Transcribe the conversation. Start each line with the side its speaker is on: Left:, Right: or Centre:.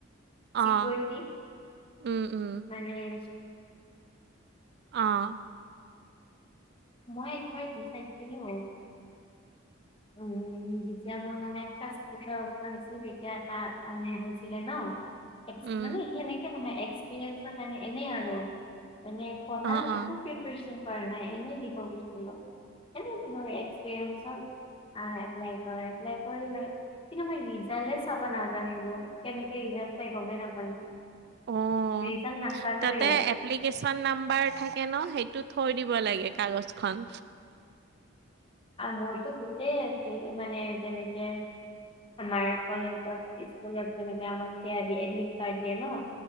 Right: অ',
Left: চিকৰিটি
Right: উম, উম,
Left: মানে <inaudible> <inaudible>
Right: অ',
Left: মই একবাৰ দি চাইছিলো হয় উম। যেতিয়া মোৰ মানে ফাৰ্ষট ওঠৰ বছৰ হৈছিল তেতিয়া তাত মে হৈছিলে ন। এক্সপি
Right: উম,
Left: মানে সেনেকে নহয় এক্সপিৰিয়েঞ্চৰ কাৰণে এনেই আৰু মানে পঢ়া
Right: অ', অ',
Left: একোকে প্ৰিপেৰেচন কৰা নাই এনেই দিব গৈছিলো, এনেই ধৰ এক্সপিৰিয়েঞ্চৰ আ বেংকৰ এপ্লাই কৰিলে কিন্তু মই হিজালে চাব নাজানিলো, কেনেকে হিজাল চাই গমেই নাপালো।
Right: অ',
Left: ৰিজাল নাচালোৱে।
Right: তাতে এপ্লিকেচন নাম্বাৰ থাকে ন, সেইটো থৈ দিব লাগে কাগজখন।
Left: আ মোৰতো গোটই আছিল মানে যেনেকে আমাৰ কলেজৰ স্কুলৰ তেনেকে আমাক সেইয়া দিয়ে এডমিট কাৰ্ড দিয়ে ন